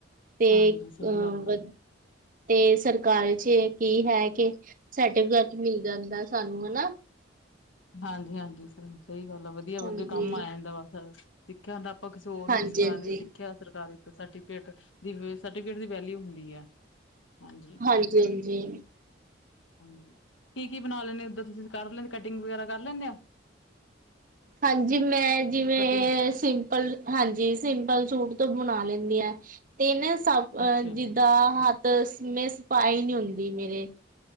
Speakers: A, on the right; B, on the left.
A: ਤੇ
B: ਹਾਂਜੀ
A: ਅ
B: ਸਹੀ ਗੱਲ ਆ
A: ਵ ਤੇ, ਸਰਕਾਰ ਚ ਕੀ ਹੈ ਕਿ, ਸਰਟੀਫਿਕੇਟ ਮਿਲ ਜਾਂਦਾ ਸਾਨੂੰ ਹਨਾ
B: ਹਾਂਜੀ- ਹਾਂਜੀ ਸਰ ਸਹੀ ਗੱਲ ਆ ਵਧੀਆ
A: ਹਾਂਜੀ,
B: ਵਾ, ਅੱਗੇ ਕੰਮ ਆਇਆ ਜਾਂਦਾ ਵੇ ਸ ਸਿੱਖਿਆ ਹੁੰਦਾ ਆਪਾਂ, ਕਿਸੇ ਹੋਰ
A: ਹਾਂਜੀ-ਹਾਂਜੀ,
B: ਨੂੰ ਵੀ ਸਿਖਾ ਵੀ ਸਿੱਖਿਆ ਸਰਕਾਰੀ ਤੇ ਸਰਟੀਫਿਕੇਟ-ਸਰਟੀਫਕੇਟ ਦੀ ਵੇਲੀਓ ਹੁੰਦੀ ਆ ਹਾਂਜੀ
A: ਹਾਂਜੀ-ਹਾਂਜੀ।
B: ਹਾਂਜੀ, ਕੀ -ਕੀ ਬਣਾ ਲੈਣੇ, ਓਦਾਂ ਤੁਸੀਂ ਕਰ ਲ ਕੱਢ ਡਰਿਕ ਵਗੈਰਾ, ਕਰ ਲੈਂਦੇ ਔ
A: ਹਾਂਜੀ, ਮੈਂ ਜਿਵੇਂ
B: ਕਟਿੰਗ
A: ਸੀਂ, ਹਾਂਜੀ, ਸਿੰਪਲ ਸੂਟ ਤੋਂ ਬਣਾ ਲੈਂਦੀ ਆ, ਤੇ ਨਾ ਸਭ
B: ਅੱਛਾ
A: ਜ ਦਾ ਹੱਥ ਮੇਰੇ, ਸਫਾਈ ਨਹੀਂੀ ਹੁੰਦੀ ਮੇਰੇ